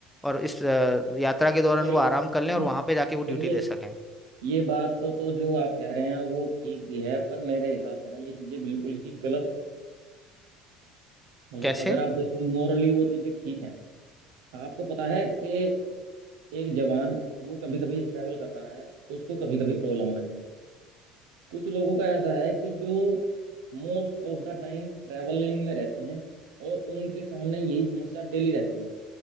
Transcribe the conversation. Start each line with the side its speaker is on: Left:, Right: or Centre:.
Centre: और इस अ, यात्रा के दौरान
Right: सर
Centre: वो आराम कर लें और वहां पे जाके वो ड्यूटी
Right: देखिए
Centre: दे सकें
Right: ये बात तो तो जो आप कह रहे हैं वो ठीक भी है पर मेरे हिसाब से ना ये चीजें बिल्कुल ही गलत है मतलब
Centre: कैसे
Right: अगर आप देखो मोरली वो चीजें ठीक हैं आपको पता है कि एक जवान वो कभी कभी ट्रैवल कर रहा है उसको कभी कभी प्रॉब्लम आ रही है कुछ लोगों का ऐसा है कि जो most of the time travelling में रहते हैं और उनके सामने यही समस्या डेली रहती है